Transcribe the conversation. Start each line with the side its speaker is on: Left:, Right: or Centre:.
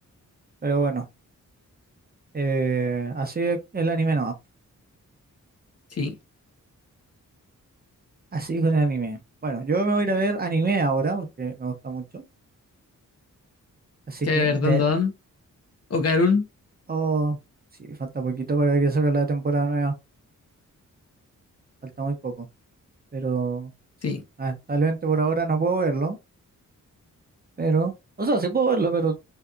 Right: Pero bueno, eh, así es el anime nomás,
Left: Sí.
Right: así con el anime. Bueno, yo me voy a ir a ver anime ahora porque me gusta mucho, así
Left: Caer
Right: que de
Left: Dan. Dan. O Karun.
Right: Oh, sí, falta poquito para que salga la temporada nueva. Falta muy poco. Pero sí,
Left: Sí,
Right: lamentablemente por ahora no puedo verlo. Pero, o sea, sí puedo verlo, pero